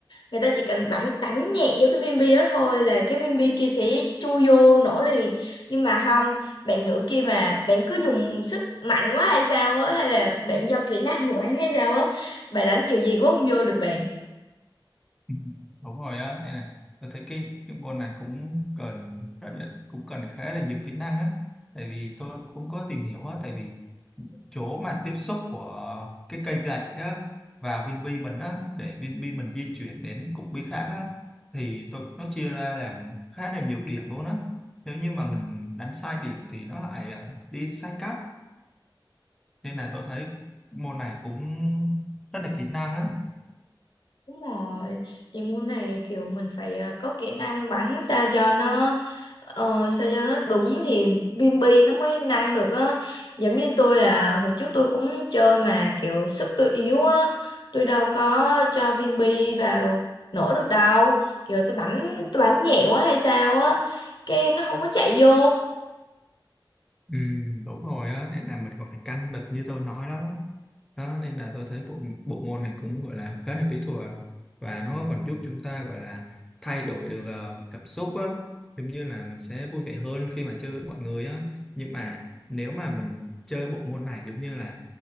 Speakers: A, on the left (about 65°); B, in the centre.
A: Người ta chỉ cần đánh đánh nhẹ vô cái viên bi đó thôi là cái viên bi kia sẽ chui vô nổ liền nhưng mà không bạn nữ kia mà bạn cứ dùng sức mạnh quá hay sao á hay là bạn do kỹ năng của bạn hay sao á bà đánh kiểu gì cũng không vô được bạn
B: Ừ, đúng rồi á nên là tôi thấy cái cái môn này cũng cần rất là cũng cần khá là nhiều kỹ năng á tại vì tôi cũng có tìm hiểu á tại vì chỗ mà tiếp xúc của cái cây gậy á vào viên bi mình á để viên bi mình di chuyển đến cục bi khác á thì tôi nó chia ra làm khá là nhiều điểm luôn á nếu như mà mình đánh sai điểm thì nó lại à, đi sai cắt nên là tôi thấy môn này cũng rất là kỹ năng á
A: đúng rồi thì môn này kiểu mình phải ờ, có kỹ năng bắn sao cho nó ờ, sao cho nó đúng thì viên bi nó mới năng được á giống như tôi là hồi trước tôi cũng chơi mà kiểu sức tôi yếu á tôi đâu có cho viên bi vào nổ được đâu kiểu tôi bắn tôi bắn nhẹ quá hay sao á cái nó không có chạy vô
B: Ừ, đúng rồi á nên là mình còn phải căng lực như tôi nói đó đó nên là tôi thấy bộ bộ môn này cũng gọi là khá là kỹ thuật và nó còn giúp chúng ta gọi là thay đổi được ờ, cảm xúc á giống như là mình sẽ vui vẻ hơn khi mà chơi với mọi người á nhưng mà nếu mà mình chơi bộ môn này giống như là